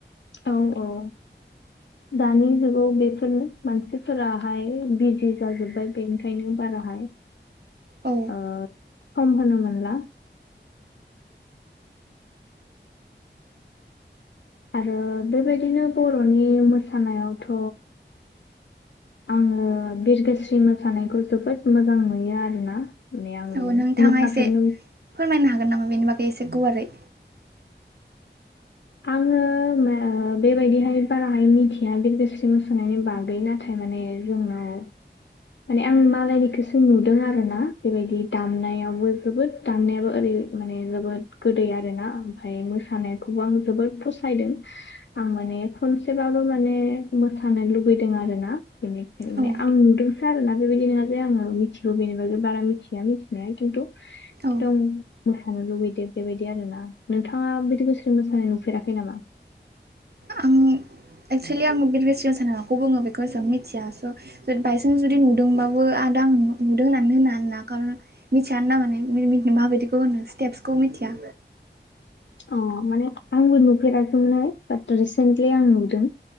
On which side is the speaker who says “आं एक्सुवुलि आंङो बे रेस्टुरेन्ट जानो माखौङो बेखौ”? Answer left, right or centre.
Right